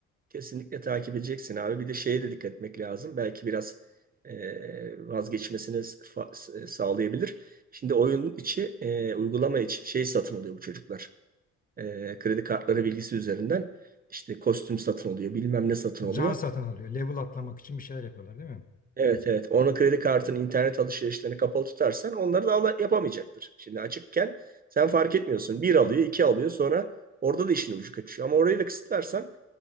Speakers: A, on the right (about 30°); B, on the left (about 30°).
A: Kesinlikle takip edeceksin abi. Bir de şeye de dikkat etmek lazım. Belki biraz e, vazgeçmesini fa- sağlayabilir. Şimdi oyunun içi, e, uygulama içi şey satın alıyor bu çocuklar. E, kredi kartları bilgisi üzerinden işte kostüm satın oluyor, bilmem ne satın oluyor.
B: Can satın alıyor. Level atlamak için bir şeyler yapıyorlar değil mi?
A: Evet evet. Onun kredi kartının internet alışverişlerini kapalı tutarsan onları da ala- yapamayacaktır. Şimdi açıkken sen fark etmiyorsun. Bir alıyor, iki alıyor sonra orada da işin ucu kaçıyor. Ama orayı da kısıtlarsan